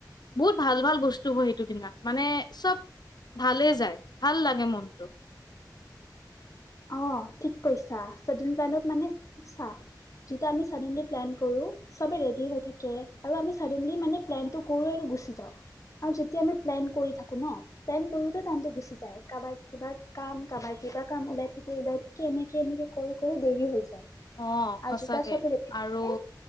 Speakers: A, on the left; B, on the left.
A: বহুত ভাল ভাল বস্তু হয় সেইটো দিনা। মানে চব ভালেই যায়। ভাল লাগে মনটো।
B: অ' ঠিক কৈছা চাদেন প্লেনত মানে চা যিতা আমি চডেনলি প্লেন কৰো চবে ৰেডি হৈ থাকে আৰু আমি চডেনলি মানে প্লেনটো কৰো আৰু গুচি যাওঁ আৰু যেতিয়া আমি প্লেন কৰি থাকো ন প্লেন কৰোতে টাইমটো গুচি যায় কাৰোবাৰ কিবা কাম কাৰোবাৰ কিবা কাম ওলাই থাকি ওলাই থাকি এনেকে এনেকে কৰি দেৰি হৈ যায়।
A: অ
B: আৰু
A: সঁচাকে
B: যেতিয়া চবে ৰেডি থাকে
A: আৰু